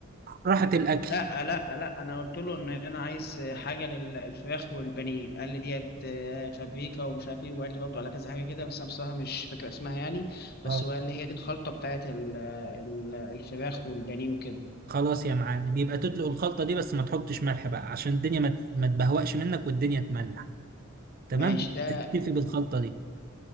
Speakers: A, on the right; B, on the left.
A: راحت الاكل
B: لا لا لا انا قلت له ان انا عايز حاجه للفراخ والبانيه قال لي ديت آه، فابريكا ومش عارف ايه وقال لي برضه على كذا حاجه كده بس انا بصراحه مش فاكر اسمها يعني
A: اه
B: بس هو قال لي هي دي الخلطه بتاعت ال- ال- الفراخ والبانيه وكده
A: خلاص يا معلم يبقى تدلق الخلطة دي بس ما تحطش ملح بقى عشان الدنيا ما ما تبهوأش منك والدنيا تملح تمام
B: ماشي ده
A: تكتفي بالخلطة دي